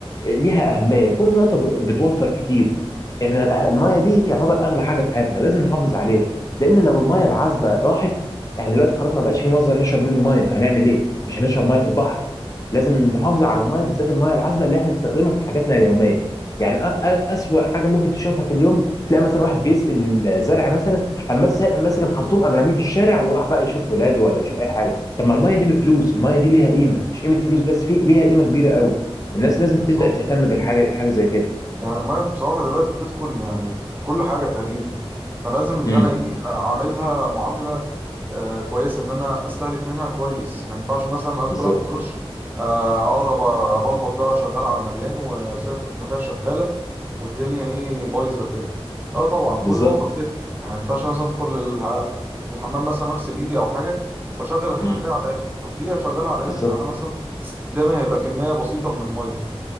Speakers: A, on the left (about 35°); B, on the right (about 20°).
A: ليها أهمية كل نقطة ب- بتوفر كتير ان ال- المايه دي يعتبر اغلى حاجه في حياتنا لازم نحافظ عليها لان لو المايه العذبه راحت احنا دلوقتي خلاص ما بقاش في مصدر نشرب منه مايه هنعمل ايه مش هنشرب ميه البحر لازم نحافظ على المايه بالذات المايه العذبه اللي احنا بنستخدمها في حاجاتنا اليوميه يعني أ- أ- اسوأ حاجه ممكن تشوفها في اليوم تلاقي مثلا واحد بيسقي الزرع مثلا اما مس- ماسك الخرطوم قام راميه في الشارع وراح بقى يشوف ولاده ولا يشوف اي حاجه طب ما المايه دي بفلوس المايه دي ليها قيمه مش قيمه فلوس بس في ليها قيمه كبيره قوي الناس لازم
B: بالظبط
A: تبدا تهتم بالحاجه بحاجه زي كده
B: يعني المية بصراحة دلوقتي بتدخل يعني في كل حاجة تقريبا فلازم إن
A: امم
B: أنا إيه أعاملها معاملة آه كويس ان انا استهلك منها كويس ما ينفعش مثلا ادخل
A: بالظبط
B: اخد دش آه، اقعد أبقى- بلبط بقى شغال على مليان وسايب الحنفيه شغاله والدنيا ايه بايظه كده لا طبعا
A: بالظبط
B: كل نقطه بتفرق يعني ما ينفعش مثلا ادخل الح- الحمام مثلا اغسل ايدي او حاجه واشغل الحنفيه
A: امم
B: على الاخر طب ليه اشغلها على
A: بالظبط
B: الاخر انا مثلا استخدامها هيبقى كميه بسيطه من الميه